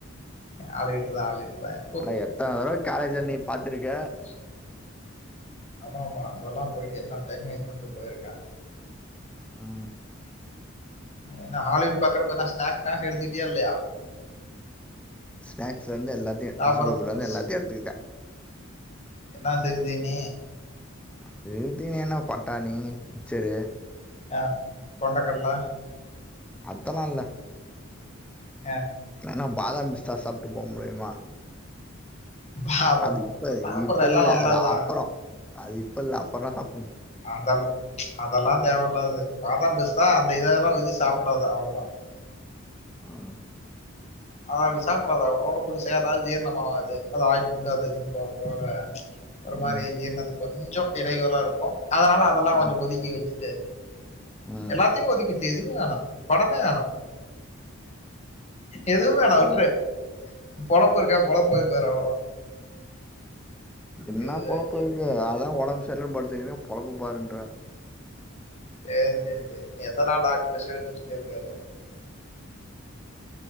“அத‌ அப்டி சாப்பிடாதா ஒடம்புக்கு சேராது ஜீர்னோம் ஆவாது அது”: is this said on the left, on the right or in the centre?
Left